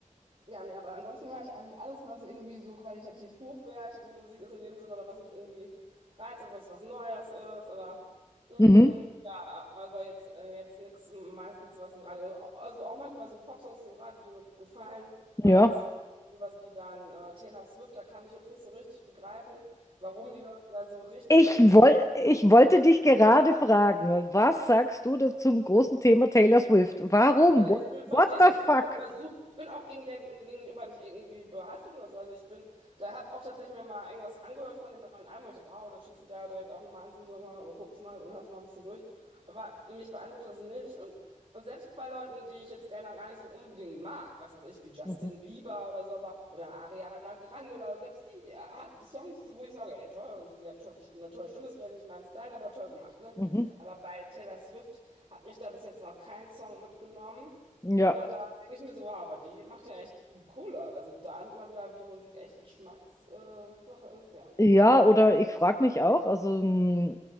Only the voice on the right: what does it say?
Ja, nee, aber ansonsten höre ich eigentlich alles, was irgendwie so qualitativ hochwertige Musik ist in dem Sinne oder was mich irgendwie reizt oder was was Neues ist oder mm,
ja, aber jetzt, äh, jetzt nichts meistens was im Radio. Also auch manchmal so Popsongs, die im Radio, die mir gut gefallen. Aber
jetzt zum Beispiel sowas wie dann äh, Taylor Swift, da kann ich jetzt nicht so richtig begreifen, warum die Leute da so richtig
hysterisch
Äh,
Ich
verstehe es
nicht.
Ich versuche, ich bin auch gegen der gegenüber nicht irgendwie behaftet oder so. Also ich bin, da habe auch tatsächlich mir mal irgendwas angehört von dem neuen Album. Ich dachte, wow, und dann schießt die da direkt auf Nummer eins und so, und guckst mal und hörst mal ein bisschen durch. Aber mich beeindruckt das nicht. Und, und selbst bei Leuten, die ich jetzt gerne gar nicht so unbedingt mag, was weiß ich, wie Justin
Bieber oder so, aber oder Ariana Grande oder selbst die, die hat Songs, wo ich sage, ey, toll, und sie hat tolle, eine tolle Stimme, ist vielleicht nicht mein Style, aber toll gemacht, ne?
Aber bei Taylor Swift. Hat mich da bis jetzt noch kein Song mitgenommen.
Und da denke ich mir so, wow, aber die macht ja echt Kohle. Also da sieht man wieder, wie Musik echt Geschmackssache äh, Sache ist, ja.